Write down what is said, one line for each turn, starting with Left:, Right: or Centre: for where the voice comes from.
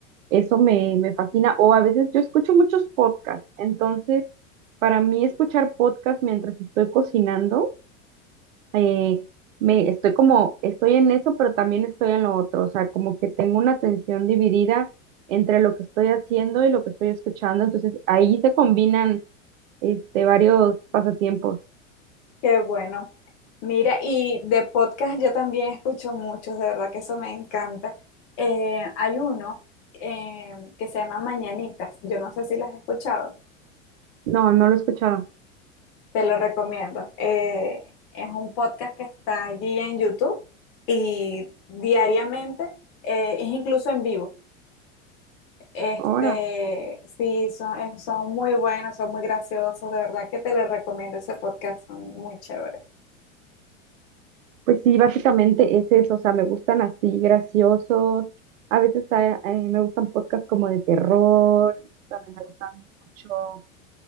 Right: Eso me, me fascina. O a veces yo escucho muchos podcasts, entonces para mí escuchar podcasts mientras estoy cocinando eh, me estoy como, estoy en eso, pero también estoy en lo otro, o sea, como que tengo una atención dividida entre lo que estoy haciendo y lo que estoy escuchando, entonces ahí se combinan este varios pasatiempos.
Left: Qué bueno. Mira, y de podcast yo también escucho muchos, de verdad que eso me encanta. Eh, hay uno eh, que se llama Mañanitas, yo no sé si las has escuchado.
Right: No, no lo he escuchado.
Left: Te lo recomiendo. Eh, es un podcast que está allí en YouTube y diariamente eh, es incluso en vivo. Este,
Right: Ahora,
Left: sí, son, eh, son muy buenos, son muy graciosos. De verdad que te lo recomiendo ese podcast, son muy chéveres.
Right: pues sí, básicamente es eso, o sea, me gustan así, graciosos, a veces ah, eh, me gustan podcasts como de terror, también me gustan mucho